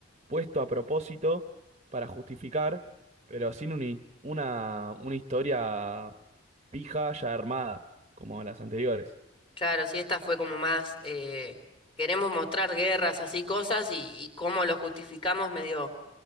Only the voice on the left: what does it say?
Claro, sí, esta fue como más, eh, queremos mostrar guerras, así cosas, y, y cómo lo justificamos medio